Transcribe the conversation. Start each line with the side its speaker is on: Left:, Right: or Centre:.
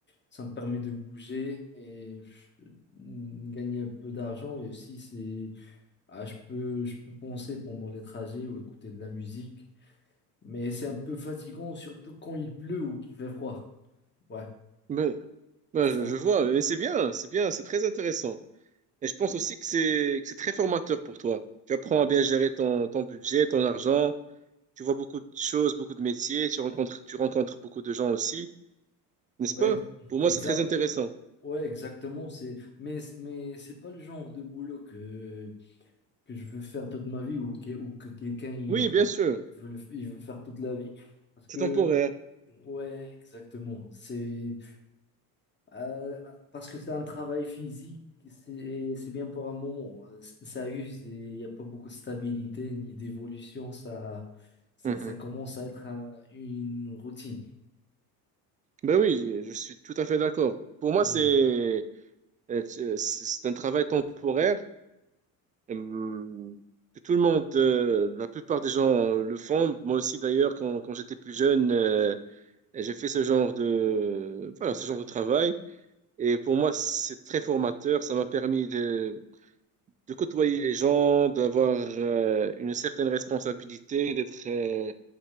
Left: ça me permet de bouger et euh, gagner un peu d'argent. Et aussi, c'est, ah, je peux, je peux penser pendant les trajets ou écouter de la musique. Mais c'est un peu fatigant, surtout quand il pleut ou qu'il fait froid. Ouais,
Right: ben bah,
Left: ça.
Right: je, je vois, et c'est bien, c'est bien, c'est très intéressant. Et je pense aussi que c'est que c'est très formateur pour toi. Tu apprends à bien gérer ton, ton budget, ton argent, tu vois beaucoup de choses, beaucoup de métiers, tu rencontres, tu rencontres beaucoup de gens aussi, n'est-ce
Left: Ouais,
Right: pas? Pour moi,
Left: exa-
Right: c'est très intéressant.
Left: ouais, exactement. C'est, mais, mais c'est pas le genre de boulot que, que je veux faire toute ma vie ou que, ou que quelqu'un il
Right: Oui, bien sûr,
Left: veut, le f- il veut faire toute la vie. Parce que,
Right: c'est temporaire.
Left: ouais, exactement. C'est, euh, parce que c'est un travail physique, c'est, c'est bien pour un moment. Ça use et il n'y a pas beaucoup de stabilité ni d'évolution. Ça, ça,
Right: Mhm.
Left: ça commence à être un- une routine.
Right: Ben oui, je suis tout à fait d'accord. Pour moi,
Left: Ouais.
Right: c'est Euh, tu- C'est c'est un travail temporaire euh, que tout le monde, euh, la plupart des gens euh, le font. Moi aussi, d'ailleurs, quand, quand j'étais plus jeune, euh, j'ai fait ce genre de, voilà, ce genre de travail. Et pour moi, c'est très formateur. Ça m'a permis de, de côtoyer les gens, d'avoir euh, une certaine responsabilité, d'être euh,